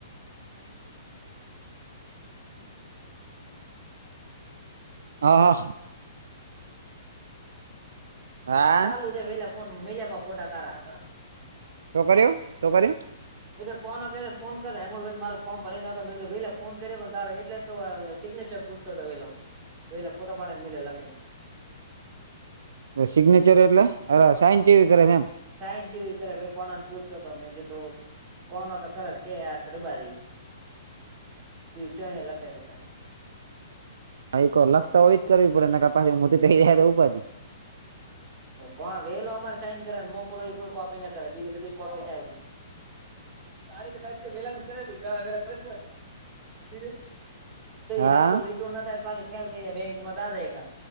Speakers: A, on the right; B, on the right.
A: હા. હા
B: ચાલુ છે પેલા ફોનમાં માલ્યા હતા ફોટા તારા.
A: શો કર્યું, શું કર્યું?
B: એતલે કોનો કરે ફોન કરે એમ મારો ફોમ ભરીને લે <unintelligible> ફોન કરી પણ તાર એટલે તો ઓલ સીગ્નેચર પૂછતો હતો પેલો વહેલા ફોટો પાડ ને મ્યો લખે.
A: સિગ્નેચર એટલે અરે સાઈન કેવી કરે છે એમ?
B: સાઈન ચવી કરે કોનાને પૂછતો હતો મેં કીધું કોનો તો કે કર કે એસ રબારી કે એને લખે.
A: હવે તો લખતા હોય તો બરા નહી તો પહી ઉપાદી.
B: કોણ વેલો અમારે સાઈન કરે ને મોકો એ કોઈ કોપી ના કરે બીજી બધી કોપી થાય. તારે તો <unintelligible> પેલા તો કરાવી <inaudible> તો એ
A: હા
B: હારકો લીટો ના થાય પાછો ફેલ થઈ જાય બેંક માં જા તઈ થાત.